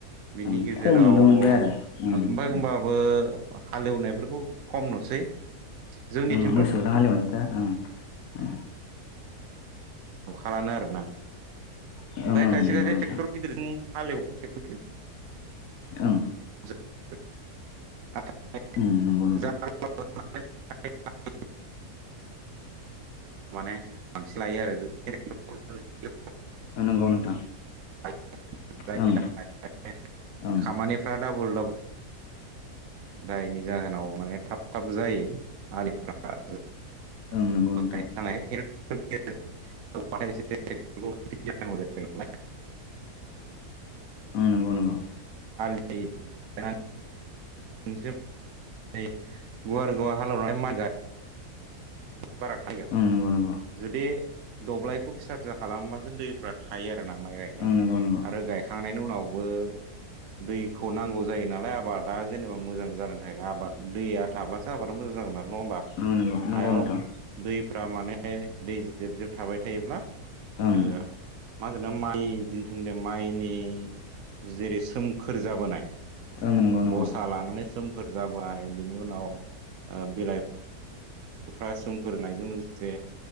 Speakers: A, on the right; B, on the left.
A: बिनि
B: उम
A: गेजेराव
B: खम नुनो
A: ओह
B: मोनबाय आरो उम
A: आमफाय
B: उम
A: होनबाबो हालेवनायफोरखौ खम नुसै जोंनिथिंथ'
B: ओं मोसौजों हालेवनायखो ओं ओं ।
A: नुखालानो आरोना
B: ओं
A: ओमफ्राय
B: ओं
A: खायसे
B: नंगौ
A: खायसे
B: नोंथां
A: ट्रेक्टर गिदिरजों हालेवो टेक्टर गिदिर।
B: ओं ।
A: <unintelligible>
B: ओं नंगौ नोंथां
A: माने बांसिन लायो आरो <unintelligible>
B: ओ नंगौ नोंथां।
A: <unintelligible> जायनि
B: ओं
A: थाखाय
B: ओं
A: खामानिफ्रा डाबल डाबल जायनि जाहोनाव माने थाब थाब जायो आलिफ्रा <unintelligible>
B: ओं
A: <unintelligible>
B: नंगौ नोंथां
A: <unintelligible>
B: ओं नंगौ नंगौ।
A: <unintelligible> मोनसे <unintelligible> गुवारगाव हालेवनानै माइ गाय बारा थायो।
B: ओं नंगौ नंगौ
A: जुदि दब्लायखौ फिसा फिसा खालामबासो दैफ्रा थायो आरो ना माइ गायनायाव
B: ओं नंगौ नंगौ
A: आरो गायखांनायनि उनावबो दैखौ नांगौ जायो नालाय आबादा जेनेबा मोजां जानानै थायो, आबाद दैया हाब्लासो आबादा मोजां जागोन आरो नङा होमबा
B: ओं नंगौ नंगौ
A: हायाव
B: नोंथां
A: दैफ्रा माने दै जेब जेब थाबाय थायोब्ला
B: ओं
A: ओ मा होनो माइ जिन्थुनो माइनि जेरै सोमखोर जाबोनाय
B: ओं नंगौ नंगौ
A: गसा लानानै सोमखोर जाबाय बिनि उनाव ओ बिलाइ फ्रा सोमखोर जानायजों लोगोसे